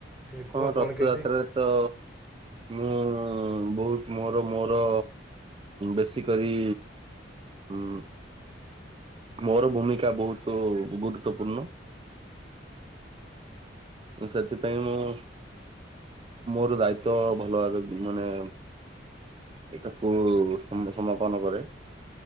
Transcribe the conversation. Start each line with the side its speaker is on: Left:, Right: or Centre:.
Centre: ଟିକେ କୁହ
Right: ହଁ ରଥଯାତ୍ରାରେ
Centre: କ'ଣ କେମିତି
Right: ତ ମୁଁ ବହୁତ ମୋର ମୋର ବେଶୀକରି ଉ ମୋର ଭୂମିକା ବହୁତ ଗୁରୁତ୍ୱପୂର୍ଣ୍ଣ। ସେଥିପାଇଁ ମୁଁ ମୋର ଦାୟିତ୍ଵ ଭଲ ଭାବେ ମାନେ ଏଇଟାକୁ ସମ ସମାପନ କରେ।